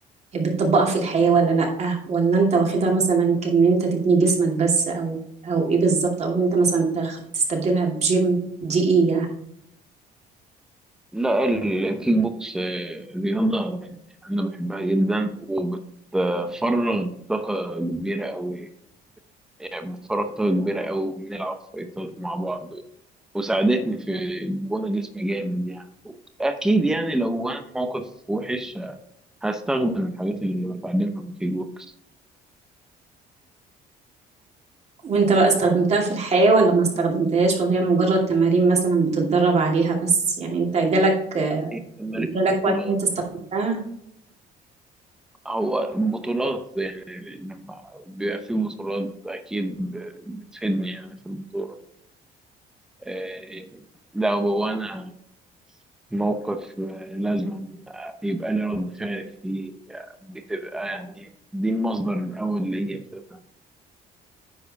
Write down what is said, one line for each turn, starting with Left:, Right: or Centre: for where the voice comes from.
Right: بتطبقها في الحياة ولا لأ ولا انت واخدها مثلا كان انت تبني جسمك بس او او ايه بالظبط او ان انت مثلا تخ- تستبدلها بجيم دي ايه يعني
Centre: لا الكيك بوكس آه، رياضة أنا بحبها جدا وبتفرغ طاقة كبيرة أوي يعني بتفرغ طاقة كبيرة أوي بنلعب فايتات مع بعض وساعدتني في بنى جسمي جامد يعني اكيد يعني لو انا في موقف وحش هستخدم الحاجات اللي بتعلمها من كيك بوكس
Right: وانت بقى استخدمتها في الحياة ولا ما استخدمتهاش ولا هي مجرد تمارين مثلا بتتدرب عليها بس يعني انت جالك
Centre: هي تمارين
Right: جالك وقت
Centre: بطولات
Right: ان انت استخدمتها
Centre: هو بطولات يعني لما بيبقى في بطولات اكيد بتفيدني يعني في البطولة آه، لو انا في موقف آه، لازم يبقى لي رد فعل فيه بتبقى يعني دي المصدر الاول ليا أساساً.